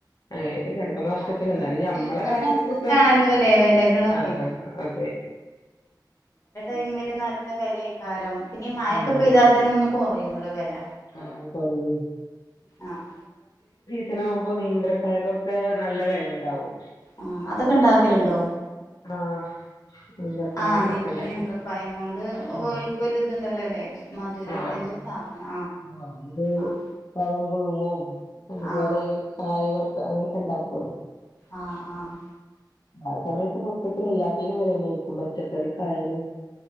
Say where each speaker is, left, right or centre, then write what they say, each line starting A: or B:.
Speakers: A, on the left; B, on the left.
A: അങ്ങനെയൊക്കെ ചെറുപ്പ നാഷ്ടത്തി
B: അതന്നെ
A: എന്നാലും
B: സീസണ്
A: ഞമ്മളെ കാര്യങ്ങൾക്കൊക്കെ
B: അനുസരിച്ചാണല്ലോ അല്ലേ വിലകളൊക്കെ
A: ആഹ് അതെ
B: മ്മല് നല്ല വെലേക്കാരം പിന്നെ മഴൊക്കെ
A: ഉം
B: പെയ്താ തന്നെ ഒന്ന് കൊറയല്ലോ വെല
A: ആഹ് കൊറയും
B: ആഹ്
A: ഓണാകുമ്പോൾ നീന്ത്രക്കായ്ക്കൊക്കെ നല്ല വെല ഇണ്ടാവും
B: ആഹ് അതൊക്കെ ഇണ്ടാക്കല്ണ്ടോ
A: ആഹ് നേന്ത്രപ്പഴങ്ങളൊക്കെ
B: ആഹ് നേ
A: ഉണ്ടാക്കണ്ട്
B: നേന്ത്രപയ് കൊണ്ട്
A: ഉം
B: ഓൽക്ക് ഒരു ഇതുണ്ടല്ലോ ല്ലേ മധുരത്തിന്റെ
A: ആഹ്
B: സാധനം
A: ആഹ് അത്
B: ആഹ്
A: പഴമ്പുഴുങ്ങും അതുപോലെ
B: ആഹ്
A: കായവറ് ക്ക അങ്ങനൊക്കെ ഉണ്ടാക്കുവല്ലോ.
B: ആഹ് ആഹ്
A: ആ സമയത്ത് മൊത്തത്തിൽ എല്ലാത്തിനും വെലന്നേക്കും പച്ചക്കറിക്കായാലും